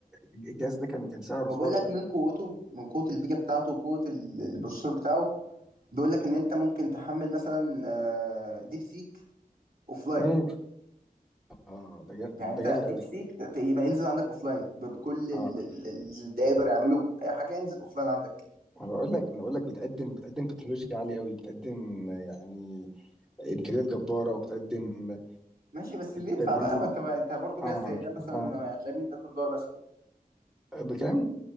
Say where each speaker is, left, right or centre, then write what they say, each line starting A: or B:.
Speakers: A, in the centre; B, on the right (about 75°).
A: الجهاز ده كان كان سعره
B: فبقول
A: خرافي
B: لك
A: ده
B: من قوته من قوة الفيجا بتاعته وقوة ال- البروسيسور بتاعه بيقول لك ان انت ممكن تحمل مثلا آه، ديب سيك اوف
A: امم اه ده جا-
B: يعني انت
A: ده جامد
B: ديب
A: قوي
B: سيك ت يبقى ينزل عندك اوفلاين بكل ال-
A: اه
B: ال- اللي يقدر يعمله اي حاجه ينزل اوفلاين عندك
A: انا بقول لك انا بقول لك بتقدم بتقدم تكنولوجيا عاليه قوي بتقدم يعني امكانيات جباره وبتقدم
B: ماشي بس اللي يدفع
A: تبريد
B: بقى ما انت ما انت برضه جهاز
A: اه
B: زي ده مثلا
A: اه
B: ما هتلاقي 100000 دولار مثلا
A: بكام؟